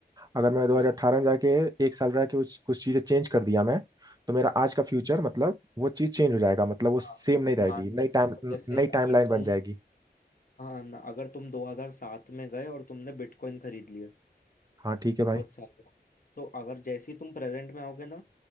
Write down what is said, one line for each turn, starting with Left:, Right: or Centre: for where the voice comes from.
Right: अगर मैं 2018
Left: हाँ
Right: में जाके एक साल रह के उस- कुछ चीजें चेंज कर दिया मैं तो मेरा आज का फ्यूचर
Left: हम्म,
Right: मतलब वो चीज चेंज हो जाएगा मतलब वो सेम
Left: हाँ
Right: नहीं रहेगी
Left: मान
Right: नई टाइम
Left: जैसे
Right: नई
Left: अगर
Right: टाइमलाइन बन
Left: तुम
Right: जाएगी
Left: हाँ ना अगर तुम 2007 में गए और तुमने बिटकॉइन खरीद लिए
Right: हाँ ठीक है
Left: बहुत
Right: भाई
Left: सारे तो अगर जैसे ही तुम प्रेजेंट में आओगे ना